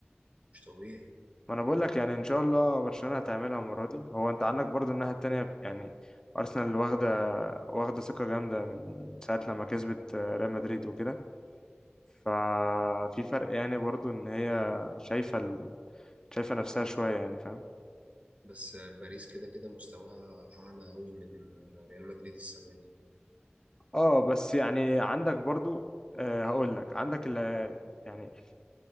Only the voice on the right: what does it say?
مش طبيعي
بس باريس كده كده مستواها أعلى أوي من ريال مدريد السنة دي